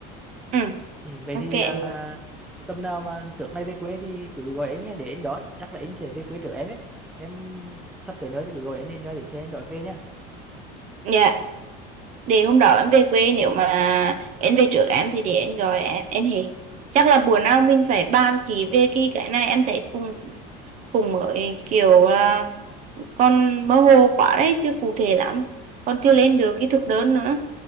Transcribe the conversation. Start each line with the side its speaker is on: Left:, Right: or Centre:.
Right: ừ
Centre: Ừ, vậy
Right: ok
Centre: thì à,
Right: Dạ.
Centre: tầm nào mà trước ngày về quê thì cứ gọi anh nha để anh đón chắc là anh sẽ về quê trước em đấy em sắp tới nữa thì cứ gọi anh anh ra bến xe anh đón về nhá
Right: dạ để hôm đó em về quê nếu mà em về trước em thì để em gọi em em thì chắc là bữa nào mình phải bàn kỹ về cái cái này em thấy cùng cùng mới kiểu là con mơ hồ quá đấy chưa cụ thể lắm còn chưa lên được cái thực đơn nữa